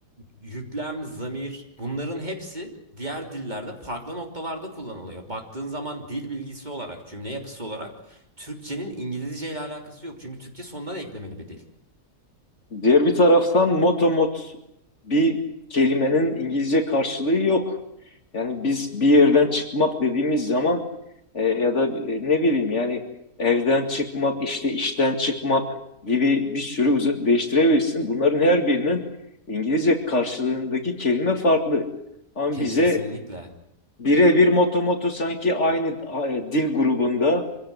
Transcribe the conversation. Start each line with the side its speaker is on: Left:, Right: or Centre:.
Right: yüklem, zamir bunların hepsi diğer dillerde farklı noktalarda kullanılıyor. Baktığın zaman dil bilgisi olarak, cümle yapısı olarak Türkçenin İngilizce ile alakası yok. Çünkü Türkçe sondan eklemeli bir dil.
Left: Diğer bir taraftan motomot bir kelimenin İngilizce karşılığı yok. Yani biz bir yerden çıkmak dediğimiz zaman e, ya da e, ne bileyim yani evden çıkmak, işte işten çıkmak gibi bir sürü uz- değiştirebilirsin. Bunların her birinin İngilizce karşılığındaki kelime farklı. Ama
Right: Ke-
Left: bize
Right: Kesinlikle.
Left: birebir motomotu sanki aynı a, e, dil grubunda